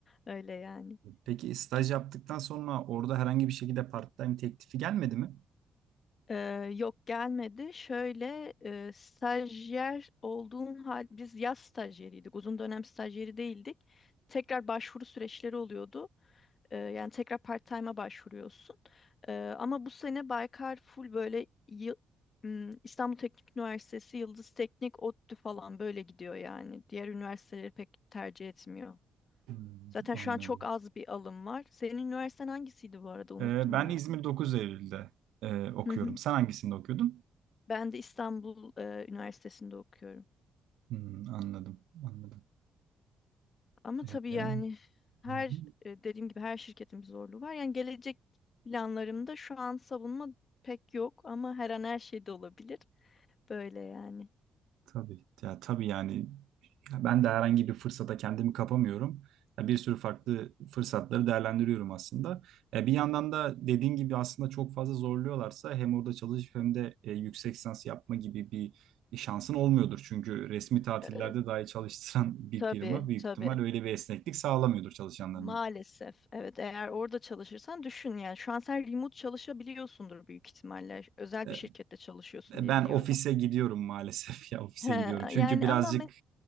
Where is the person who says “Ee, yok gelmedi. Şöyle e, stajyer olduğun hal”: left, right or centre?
Left